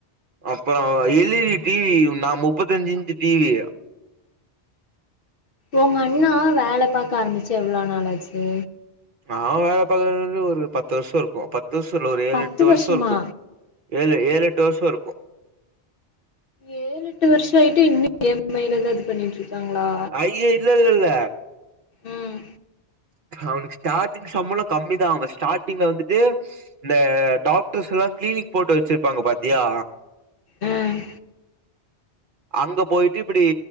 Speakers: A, on the right (about 55°); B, on the left (about 55°).
A: அப்றோம் எல் ஈ டி டிவி நான் முப்பத்தஞ்சு இன்ச்சு டிவி
B: ஒங்க அண்ணா வேலை பாக்க ஆரமிச்சு எவ்ளோ நாளாச்சி
A: அவேன் வேலை பாக்க வந்து ஒரு பத்து வருஷம் இருக்கும் பத்து வருஷம் இல்ல ஒரு ஏழு
B: பத்து
A: எட்டு
B: வருஷமா
A: வருஷம் இருக்கும் ஏழு ஏழு எட்டு வருஷம் இருக்கு
B: ஏழு எட்டு வருஷோம் ஆயிட்டு இன்னும் இ எம் ஐ ல தான் இது பண்ணிட்டு இருக்காங்ளா
A: ஐய இல்ல இல்ல இல்ல
B: உம்
A: அவனுக்கு ஸ்டார்டிங் சம்பளம் கம்மிதான் அவன் ஸ்டார்டிங்ல வந்துட்டு இந்த டாக்டர்ஸ் எல்லாம் கிளீனிக் போட்டு வச்சிருப்பாங்க பாத்தியா
B: ம்
A: அங்க போய்ட்டு இப்டி